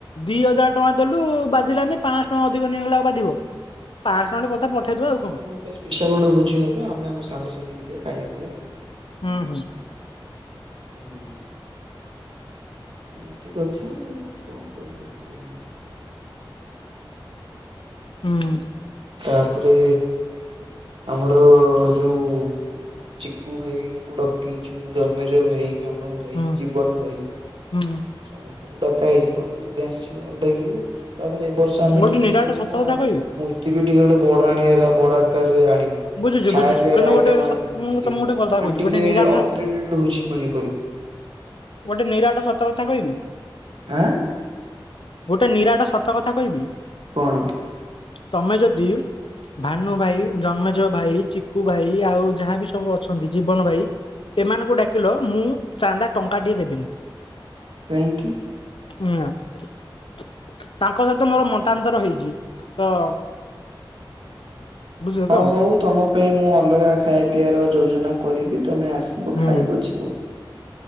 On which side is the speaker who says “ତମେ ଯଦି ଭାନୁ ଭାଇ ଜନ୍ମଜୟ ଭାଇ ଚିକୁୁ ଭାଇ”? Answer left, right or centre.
Left